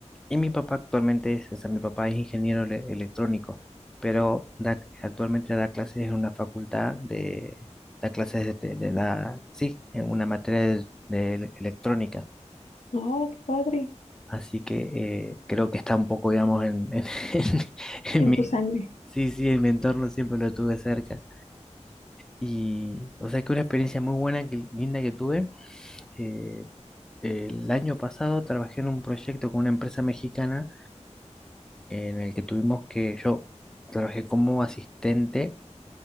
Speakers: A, in the centre; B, on the left.
A: Y mi papá actualmente es, o sea, mi papá es ingeniero ele- electrónico, pero da- actualmente da clases en una facultad de, da clases de, de- de la, sí, en una materia de, de electrónica.
B: oh qué padre.
A: Así que eh, creo que está un poco, digamos, en, en, <laughs> en- en
B: En
A: mi...
B: tu sangre.
A: Sí, sí, en mi entorno siempre lo tuve cerca. Y, o sea, que una experiencia muy buena, que, linda que tuve. eh, el año pasado trabajé en un proyecto con una empresa mexicana en el que tuvimos que, yo trabajé como asistente